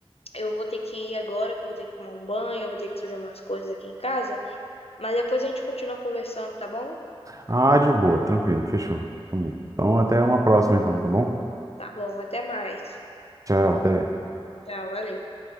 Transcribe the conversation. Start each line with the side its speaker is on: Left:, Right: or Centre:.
Left: eu vou ter que ir agora, que eu vou ter que tomar um banho, eu vou ter que fazer umas coisas aqui em casa. Mas depois a gente continua conversando, tá bom?
Right: Ah, de boa, tranquilo, fechou. Tá bom. Então, até uma próxima, então, tá bom?
Left: Tá bom, até mais.
Right: Tchau, até.
Left: Tchau, valeu.